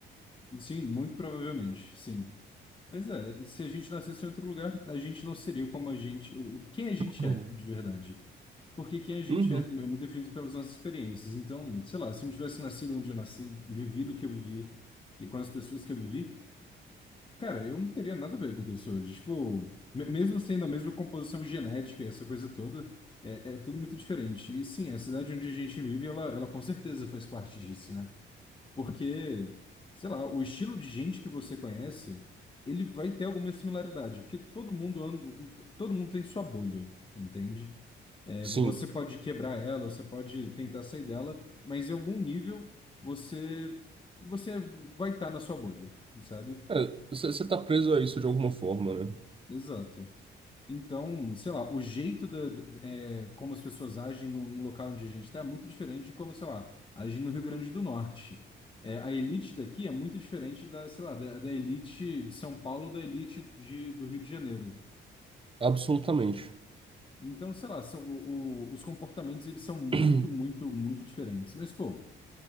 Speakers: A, on the left; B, on the right.
A: Sim, muito provavelmente, sim. Mas é, se a gente nascesse em outro lugar, a gente não seria como a gente, o- quem a gente
B: Uhum.
A: é, de verdade. Porque quem a gente
B: Uhum.
A: é é muito definido pelas nossas experiências. Então, sei lá, se eu não tivesse nascido onde eu nasci, vivido o que eu vivi e com as pessoas que eu vivi, cara, eu não teria nada a ver com o que eu sou hoje. Tipo, me- mesmo sendo a mesma composição genética, e essa coisa toda, é, é tudo muito diferente. E sim, a cidade onde a gente vive, ela, ela com certeza faz parte disso, né? Porque, sei lá, o estilo de gente que você conhece, ele vai ter alguma similaridade, porque todo mundo anda, todo mundo tem sua bolha, entende? É,
B: Sim.
A: você pode quebrar ela, você pode tentar sair dela, mas em algum nível você você vai estar na sua bolha, sabe?
B: É, Você você tá preso a isso de alguma forma, né?
A: Exato. Então, sei lá, o jeito da, da- é, como as pessoas agem no, no local onde a gente está é muito diferente de como, sei lá, agem no Rio Grande do Norte. É, a elite daqui é muito diferente da, sei lá, da, da elite de São Paulo, da elite de, do Rio de Janeiro.
B: Absolutamente.
A: Então, sei lá, são, o- o- os comportamentos eles são muito,
B: <clears throat>
A: muito, muito diferentes. Mas, pô,